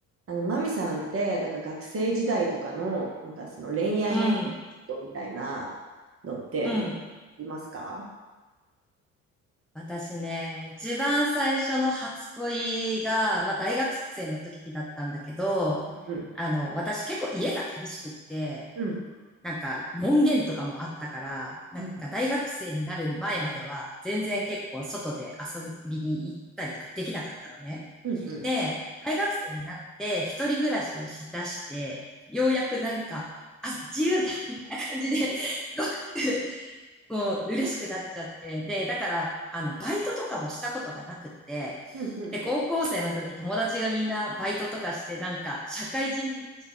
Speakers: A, on the right; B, in the centre.
A: あの、マミさんって、なんか学生時代とかの、なんかその恋愛のこ
B: うん、
A: とみたいなのって、
B: うん、
A: ありますか
B: 私ね、一番最初の初恋が、まあ大学生の時だったんだけど、
A: うん。
B: あの、私結構家が厳しくって、
A: うん。
B: なんか門限とかもあったから、なんか大学生になる前までは全然結構外で遊びに行ったりとかできなかったのね。
A: うん。うん。うん。
B: で、大学生になって一人暮らしをしだして、ようやくなんか、あ、自由だみたいな感じで、すごくこう、嬉しくなっちゃって。で、だから、あの、バイトとかもしたことがなくって、
A: うん。うん。
B: で、高校生の時友達がみんなバイトとかして、なんか、社会人